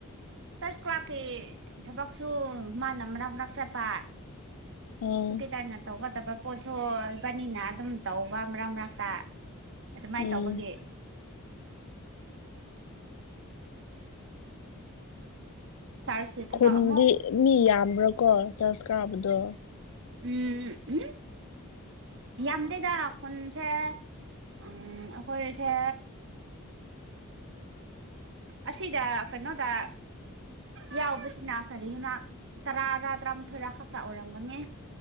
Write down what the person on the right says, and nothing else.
ꯇꯔꯁ ꯀ꯭ꯂꯥꯛꯀꯤ ꯊꯕꯛꯁꯨ ꯃꯥꯅ ꯃꯛ ꯃꯔꯛ ꯆꯠꯄ
ꯁꯨꯀꯤꯇꯔꯅ ꯇꯧꯒꯗꯕ ꯄꯣꯠꯁꯨ ꯑꯣꯏꯕꯅꯤꯅ ꯑꯗꯨꯝ ꯇꯧꯕ ꯃꯔꯛ ꯃꯔꯛꯇ ꯑꯗꯨꯃꯥꯏꯅ
ꯇꯧꯕꯒꯤ ꯆꯥꯔꯖꯀꯤ ꯊꯕꯛ
ꯑꯃꯨꯛ
ꯎꯝ ꯎꯝ ꯌꯥꯝꯗꯦꯗ ꯈꯨꯟꯁꯦ ꯑꯩꯈꯣꯏꯁꯦ ꯑꯁꯤꯗ ꯀꯩꯅꯣꯗ ꯌꯥꯎꯕꯁꯤꯅ ꯀꯔꯤꯒꯤꯅ ꯇꯔꯥꯔ ꯇꯔꯥꯃꯥꯊꯣꯏꯔ ꯈꯛꯇ ꯑꯣꯏꯔꯝꯒꯅꯤ